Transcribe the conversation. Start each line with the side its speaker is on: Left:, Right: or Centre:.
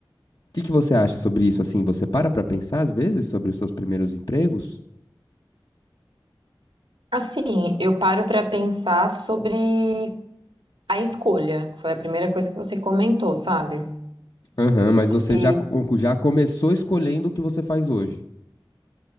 Left: O que que você acha sobre isso assim? Você para para pensar às vezes sobre os seus primeiros empregos?
Right: Assim, eu paro para pensar sobre a escolha, que foi a primeira coisa que você comentou, sabe?
Left: Aham, mas você
Right: Se
Left: já, co- já começou escolhendo o que você faz hoje.